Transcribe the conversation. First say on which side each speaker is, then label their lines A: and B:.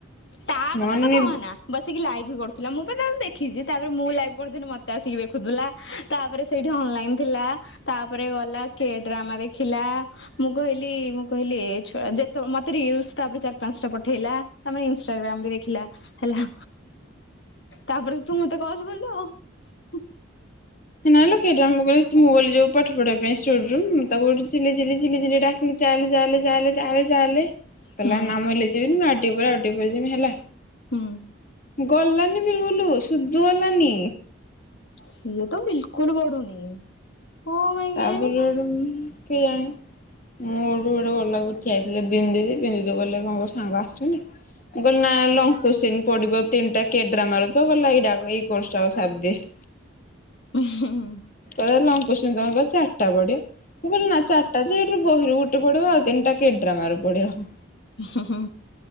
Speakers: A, on the left (about 60°); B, on the left (about 40°).
A: ତା
B: ମୋ
A: କଥା ତ
B: ନି
A: କହନା ବସିକି ଲାଇଭ୍ କରୁଥିଲା ମୁଁ ମୁଁ ତାକୁ ଦେଖିଛି ତାପରେ ମୁଁ ଲାଇଭ୍ କରୁଥିଲି ମତେ ଆସିକି ଦେଖୁଥିଲା ତାପରେ ସେଇଠି ହଁ ଅନଲାଇନ୍ ଥିଲା ତା ପରେ ଗଲା କେ ଡ୍ରାମା ଦେଖିଲା ମୁଁ କହିଲି ମୁଁ କହିଲି ଏ ଛୁଆ ଯେତବ ମତେ ରିଲସ୍ ତାପରେ ଚାରି ପାଞ୍ଚ ଟା ପଠେଇଲା ତାପରେ ଇନ୍ ଇନଷ୍ଟା ଗ୍ରାମ୍ ବି ଦେଖିଲା ହେଲା ତାପରେ ତୁ ମତେ କଲ୍ କଲୁ ଆଉ। ହୁଁ।
B: ସେ ନହେଲେ କିଏ ଡ୍ରାମା କରୁଛି ମୁଁ କହିଲି ଯୋଉ ପାଠ ପଢେଇିବା ପାଇଁ ରୁମ୍ ତାକୁଠିଲ ଚିିଲିଲ ଡା ଚା ଚା ଚାଲେ କହିଲା
A: ହୁଁ
B: ନାମ ହେଲେ ଯିବିନି, ମୁ ଆ ଆ ଯିବମି ହେଲା।
A: ହୁଁ!
B: ଗଲାନି ବିଲଖୁଲ ସୁଧୁ ଗଲାନି।
A: ସିଏ ତ ବିଲକୁଲ ବଢୁନି। କଣ ପାଇଁ
B: ତାପଲଡ
A: କେଜାଣି?
B: କେଜାଣି? ମୁଁ ଆଡୁ ବଡେ ଗଲାକୁ ଉଠିଆଇଥିଲେ ବିନ୍ଦୁି, ବିନ୍ଦୁ ଗଲେ କଣ ସାଙ୍ଗ ଆସୁନି, ମୁଁ କହିଲି, ନା ଲଙ୍କୁସିନ ପଡିବ ତିନିଟା କେଡ୍ରାମାରା ରୁ, ତ ଗଲା ଏଇଟା ଏଇ କଟାକୁ ସାରଦି <inaudible>
A: <unintelligible>
B: <unintelligible> ଚାରିଟା ପଡିବ କହିଲ ନା ଚାରିଟା ଯେଠୁ ବହିରୁ ଗୋଟେ ପଡିବ, ଆଉ ତିନିଟା କେଡ୍ରାମାର ପଡିବ।
A: ହଁ ହୁଁ